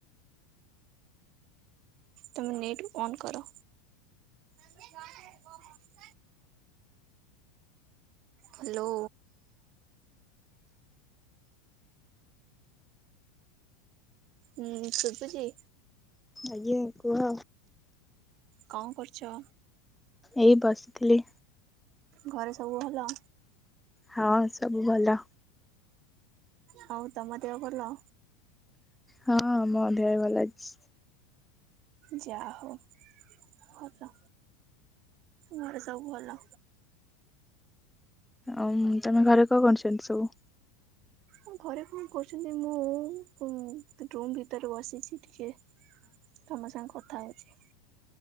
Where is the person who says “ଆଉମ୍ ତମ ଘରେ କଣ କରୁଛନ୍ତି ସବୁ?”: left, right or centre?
Centre